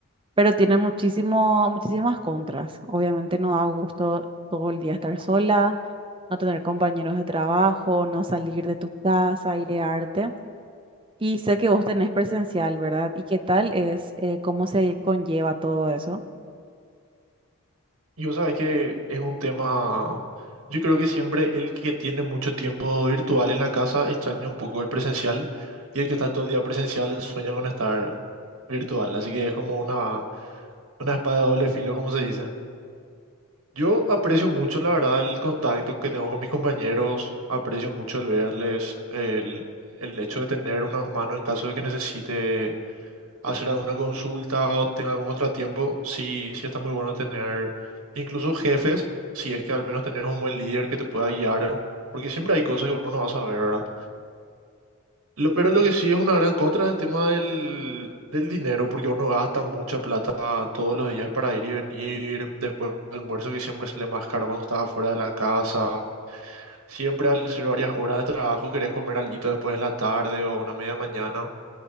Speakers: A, on the right; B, on the right.
A: pero tiene muchísimo, muchísimas contras. Obviamente no da gusto todo el día estar sola no tener compañeros de trabajo, no salir de tu casa, airearte. Y sé que vos tenés presencial, ¿verdad? ¿Y qué tal es, eh, cómo se conlleva todo eso?
B: Y vos sabés que es un tema, yo creo que siempre el que tiene mucho tiempo virtual en la casa extraña un poco el presencial y el que está todo el día presencial sueña con estar virtual, así que es como una, una espada de doble filo, como se dice. Yo aprecio mucho, la verdad, el contacto que tengo con mis compañeros, aprecio mucho el verles, el, el hecho de tener una mano en caso de que necesite hacer alguna consulta o tenga algún contratiempo, sí, sí está muy bueno tener incluso jefes, si es que al menos tenés un buen líder que te pueda guiar, porque siempre hay cosas que uno no va a saber, ¿verdad? Lo, pero lo que sí es una gran contra es el tema del, del dinero, porque uno gasta mucha plata todos los días para ir y venir, después almuerzo que siempre sale más caro cuando estás afuera de la casa, siempre al hacer varias horas de trabajo querés comer algo después en la tarde o una media mañana.